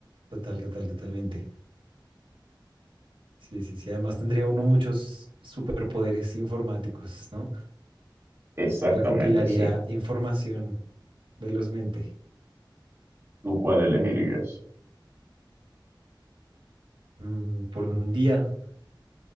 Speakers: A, on the right; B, on the right.
A: Total, total, totalmente. Sí, sí, sí. Además tendría uno muchos superpoderes informáticos, ¿no?
B: Exactamente,
A: Recopilaría
B: sí.
A: información velozmente.
B: ¿Tú cuál elegirías?
A: Mm, por un día